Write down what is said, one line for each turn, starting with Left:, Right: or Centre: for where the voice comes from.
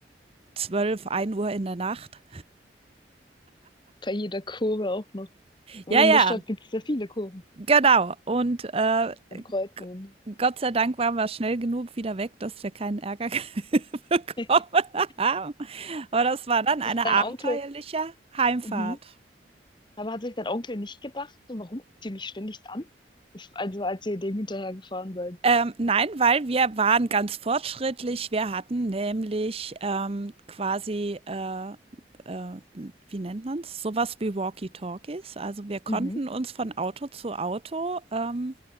Right: zwölf ein Uhr in der Nacht.
Left: Bei jeder Kurve auch noch. Und
Right: Ja,
Left: in
Right: ja.
Left: der Stadt gibt es ja viele Kurven
Right: Genau. Und äh,
Left: und Kreuzungen.
Right: g- Gott sei Dank waren wir schnell genug wieder weg, dass wir keinen Ärger <laughs> bekommen
Left: <laughs>
Right: haben. Aber das war dann
Left: Jetzt
Right: eine
Left: ist dein
Right: abenteuerliche
Left: Onkel.
Right: Heimfahrt.
Left: Mhm. Aber hat sich dein Onkel nicht gedacht, so, warum guckt ihr mich ständig an? Also als ihr dem hinterher gefahren seid.
Right: Ähm, nein, weil wir waren ganz fortschrittlich. Wir hatten nämlich ähm, quasi, äh, äh, wie nennt man es, sowas wie Walkie-Talkies. Also wir konnten
Left: Mhm.
Right: uns von Auto zu Auto ähm,